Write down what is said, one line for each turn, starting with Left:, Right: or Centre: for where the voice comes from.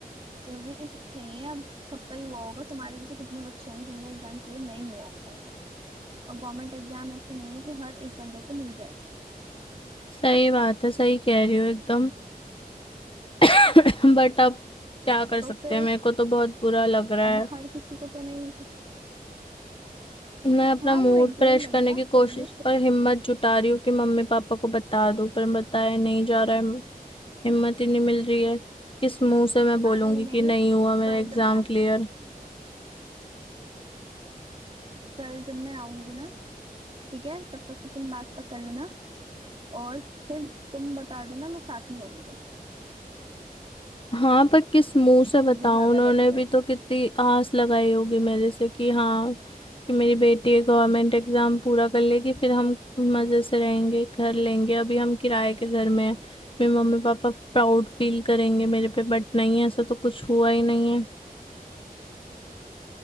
Right: जरूरी नहीं है अब सबका ही हुआ होगा तुम्हारे जैसे कितने बच्चे होंगे जिनका एग्जाम क्लियर नहीं हुआ होगा और गवर्नमेंट एग्जाम ऐसे नहीं है कि हर एक बंदे को मिल जाए
Left: सही बात है सही कह रही हो एकदम <coughs> बट अब क्या कर
Right: तो
Left: सकते
Right: फिर
Left: हैं मेरे को तो बहुत बुरा लग रहा
Right: अब
Left: है
Right: हर किसी को तो नहीं मिल सकता
Left: मैं अपना
Right: हाँ
Left: मूड
Right: वो एक दो
Left: फ्रेश
Right: दिन लगेगा
Left: करने की
Right: कोई
Left: कोशिश
Right: नहीं
Left: पर हिम्मत जुटा रही हूँ कि मम्मी पापा को बता दूं पर बताया नहीं जा रहा है हिम्मत ही नहीं मिल रही है किस मुंह से मैं बोलूंगी
Right: अभी नहीं
Left: कि नहीं हुआ मेरा
Right: कल
Left: एग्जाम
Right: जब मैं
Left: क्लियर
Right: कल जब मैं आऊंगी ना ठीक है तब तक तो तुम बैग पैक कर लेना और फिर तुम बता देना मैं साथ में रहूंगी तुम्हारे
Left: हाँ पर किस मुंह से बताऊं
Right: ये ज्यादा
Left: उन्होंने
Right: बेटर
Left: भी
Right: रहेगा
Left: तो कितनी आस लगाई होगी मेरे से कि हाँ कि मेरी बेटी गवर्नमेंट एग्जाम पूरा कर लेगी फिर हम मजे से रहेंगे घर लेंगे अभी हम किराए के घर में हैं मेरे मम्मी पापा प्राउड फील करेंगे मेरे पे बट नहीं ऐसा तो कुछ हुआ ही नहीं है